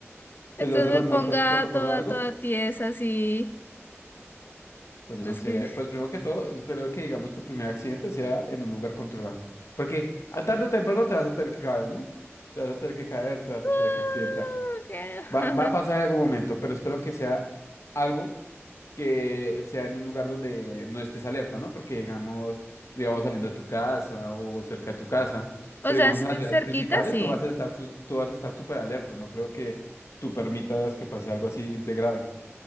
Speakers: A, on the left (about 45°); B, on the left (about 80°).
A: <laughs>
B: Que
A: entonces
B: se hacen las
A: me
B: muertas
A: ponga
B: cuando pasa
A: toda,
B: algo.
A: toda tiesa, así,
B: Pues yo
A: entonces
B: no sé,
A: que...
B: pues primero que todo, espero que digamos tu primer accidente sea en un lugar controlado. Porque a tarde o temprano te vas a tener que caer, ¿no? Te vas a tener que caer, te
A: <laughs>
B: vas
A: Ah,
B: a tener que accidentar.
A: ok. <laughs>
B: Va, va a pasar en algún momento, pero espero que sea algo que sea en un lugar donde no estés alerta, ¿no? Porque digamos, digamos saliendo de tu casa o cerca de tu casa,
A: O
B: pero
A: sea,
B: digamos
A: es
B: en
A: que
B: las vías
A: cerquita,
B: principales
A: sí.
B: tú vas a estar, su- tú vas a estar súper alerta. No creo que tú permitas que pase algo así de grave.